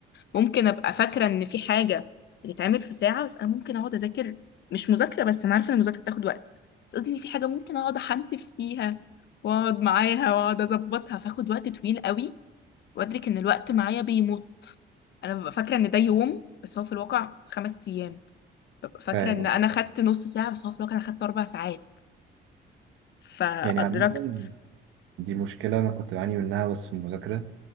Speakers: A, on the left; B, on the right.
A: ممكن ابقى فاكره ان في حاجه بتتعمل في ساعه بس انا ممكن اقعد اذاكر مش مذاكره بس انا عارفه ان المذاكره بتاخد وقت بس قصدي ان في حاجه ممكن اقعد احنتف فيها واقعد معاها واقعد اظبطها فاخد وقت طويل قوي وادرك ان الوقت معايا بيموت انا ببقى فاكره ان ده يوم بس هو في الواقع خمس ايام ببقى فاكره
B: فاهم
A: ان
B: قصدك
A: انا خدت نص ساعه بس هو في الواقع انا خدت اربع ساعات فادركت
B: يعني عامة دي مشكلة أنا كنت بعاني منها بس في المذاكرة